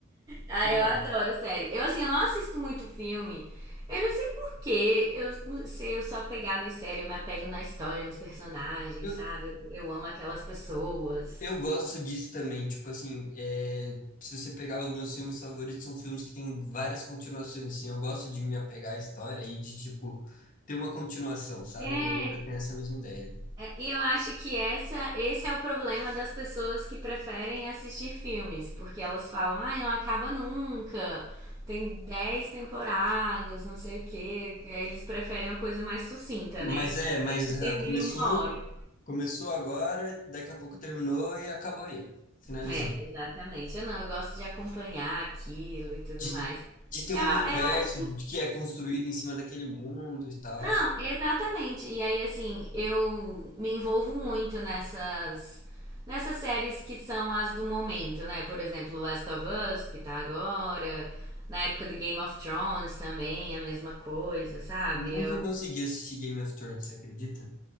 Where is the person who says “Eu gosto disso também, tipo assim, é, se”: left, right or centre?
Left